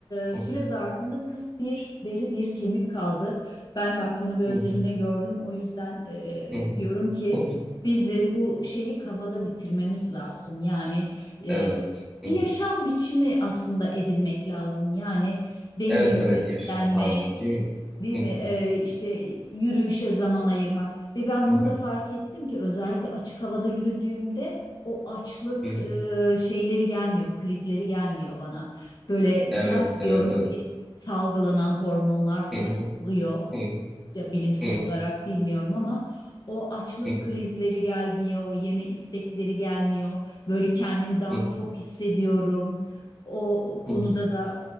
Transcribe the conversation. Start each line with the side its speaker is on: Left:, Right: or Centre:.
Left: e,
Centre: Hı
Left: süre
Centre: hı,
Left: zarfında kız bir deri bir kemik kaldı. Ben bak bunu gözlerimle
Centre: hı hı,
Left: gördüm. O yüzden e,
Centre: hı hı, <laughs>
Left: diyorum ki
Centre: hı hı.
Left: bizim bu şeyi kafada bitirmemiz lazım. Yani e,
Centre: evet
Left: bir
Centre: Hı hı.
Left: yaşam biçimi aslında edinmek lazım. Yani dengeli
Centre: evet evet
Left: beslenmek,
Centre: yaşam tarzı değil mi?
Left: Değil
Centre: Hı
Left: mi? Ee,
Centre: hı,
Left: işte yürüyüşe zaman ayırmak ve ben
Centre: hı
Left: bunu
Centre: hı,
Left: da fark ettim ki özellikle açık havada yürüdüğümde o açlık
Centre: hı hı.
Left: e, şeyleri gelmiyor, krizleri gelmiyor bana. Böyle
Centre: Evet,
Left: zannediyorum
Centre: evet, evet.
Left: ki salgılanan hormonlar
Centre: Hı
Left: filan
Centre: hı,
Left: oluyor
Centre: hı hı,
Left: ya bilimsel
Centre: hı hı,
Left: olarak bilmiyorum ama o açlık
Centre: hı
Left: krizleri gelmiyor, o yeme istekleri gelmiyor. Böyle kendimi daha
Centre: hı,
Left: tok hissediyorum. O
Centre: hı
Left: konuda
Centre: hı.
Left: da